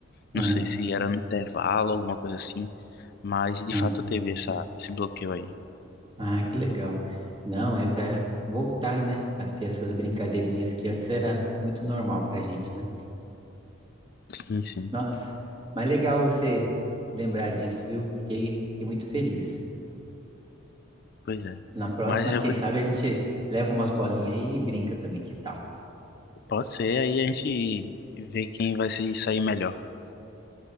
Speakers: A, on the right; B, on the left.
A: Ah,
B: Não sei se era no intervalo, alguma coisa assim, mas de
A: ah.
B: fato teve essa, esse bloqueio aí.
A: Ah, que legal. Não, é para voltar, né, a ter essas brincadeirinhas que antes era muito normal pra gente, né?
B: Sim, sim,
A: Nossa, mas legal você lembrar disso, viu? Fiquei, fiquei muito feliz.
B: pois é.
A: Na próxima,
B: Mas eu
A: quem
B: vou,
A: sabe a gente leva umas bolinhas aí e brinca também, que tal?
B: pode ser, aí a gente vê quem vai se sair melhor.